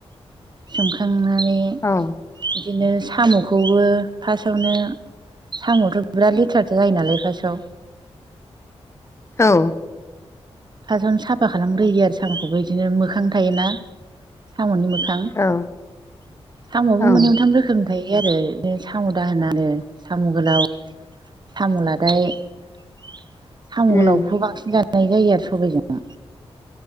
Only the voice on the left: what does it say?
औ।
औ।
औ
औ
उम